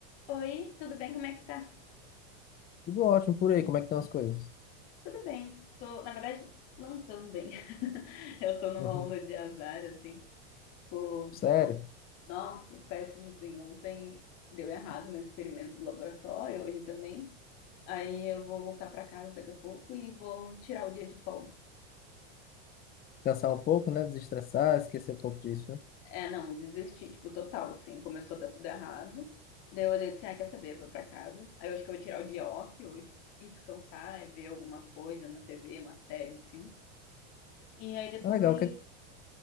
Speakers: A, on the left; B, on the left.
A: Oi, tudo bem? Como é que tá?
B: Tudo ótimo por aí, como é que estão as coisas?
A: Tudo bem. Tô, na verdade, não tão bem. <laughs> Eu tô numa
B: Uhum.
A: onda de azar, assim. Tipo,
B: Sério?
A: oh, nossa, péssimo, assim. Ontem deu errado meu experimento do laboratório, hoje também. Aí eu vou voltar pra casa daqui a pouco e vou tirar o dia de folga.
B: Cansar um pouco, né? Desestressar, esquecer um pouco disso. viu?
A: É, não, desisti, tipo, total, assim. Começou a dar tudo errado. Daí eu olhei assim, ah, quer saber, vou pra casa. Aí eu acho que eu vou tirar o dia off hoje e descansar, é ver alguma coisa na TV, uma série, um filme. E aí depois
B: Tá legal, o que é que-